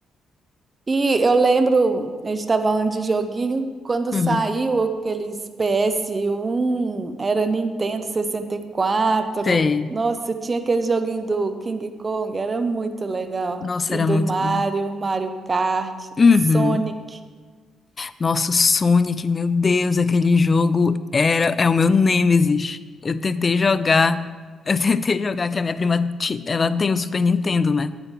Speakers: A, on the right (about 30°); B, on the left (about 35°).
A: E eu lembro, a gente estava falando de joguinho, quando
B: Uhum.
A: saiu aqueles PS1, era Nintendo sessenta e quatro.
B: Sei.
A: Nossa, tinha aquele joguinho do King Kong, era muito legal.
B: Nossa,
A: E
B: era
A: do
B: muito
A: Mario,
B: bom.
A: Mario Kart,
B: Uhum.
A: Sonic.
B: Nossa, o Sonic, meu Deus, aquele jogo era é o meu nêmesis. Eu tentei jogar, eu <laughs> tentei jogar que a minha prima, ti- ela tem o Super Nintendo, né?